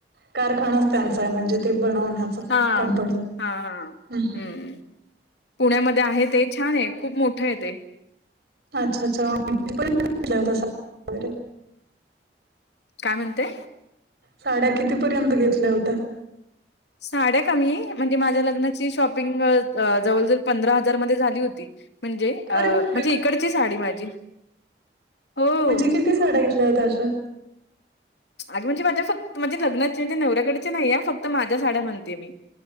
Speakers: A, on the right; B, on the left.
A: कारखानाच त्यांचा आहे म्हणजे ते बनवण्याचा
B: हां,
A: कंपनी
B: हां, हां.
A: हम हम.
B: हं. पुण्यामध्ये आहे ते छान आहे खूप मोठं आहे ते
A: अच्छा अच्छा <unintelligible> वगैरे
B: काय म्हणते
A: साड्या कितीपर्यंत घेतल्या होत्या
B: साड्या कमी म्हणजे माझ्या लग्नाची शॉपिंग जवळ जवळ पंधरा हजार मध्ये झाली होती म्हणजे अ
A: अरे बापरे
B: म्हणजे इकडची साडी माझी हो.
A: म्हणजे किती साडा घेतल्या होता अशा
B: अगे म्हणजे माझ्या फक्त माणजे लग्नाची म्हणज नव्याकडेचे नाही फक्त माझ्या साड्या म्हणते मी